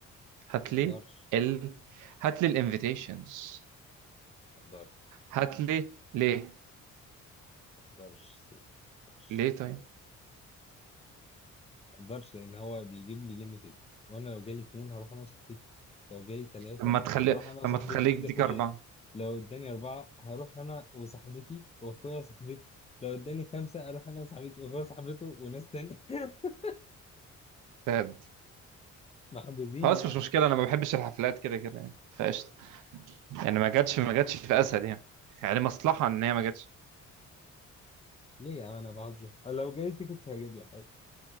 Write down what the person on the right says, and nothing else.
هات
لي
ال هات لي الانفيتيشنز
هات لي ليه
ليه طيب
لما تخلي
لما تخليك
ديك
أربعة
فاد
خلاص
مش مشكلة أنا ما بحبش الحفلات كده كده يعني فقشطة يعني ما جاتش ما جاتش في أسد يعني يعني مصلحة إن هي ما جاتش